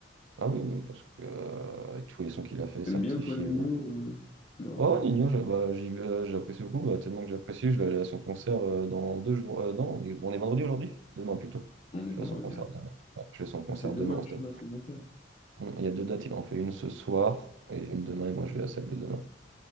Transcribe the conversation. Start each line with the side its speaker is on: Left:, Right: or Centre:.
Right: Ah oui, oui, parce que euh, avec tous les sons qu'il a fait,
Left: T'aimes
Right: certifié,
Left: bien toi, Nino, euh, le rappeur?
Right: Oh, Nino, je- bah, j'y vais, euh, j'apprécie beaucoup, bah, tellement que j'apprécie, je vais aller à son concert euh, dans deux jours. Euh, non, on est on est vendredi aujourd'hui? Demain plutôt.
Left: On est
Right: Je
Left: vendredi
Right: vais à son concert
Left: là.
Right: demain. Ouais, je vais à son concert
Left: Ah, c'est demain
Right: demain au
Left: que
Right: stade.
Left: tu vas à son concert.
Right: Hum, Il y a deux dates, il en fait une ce soir et une demain, et moi je vais à celle de demain.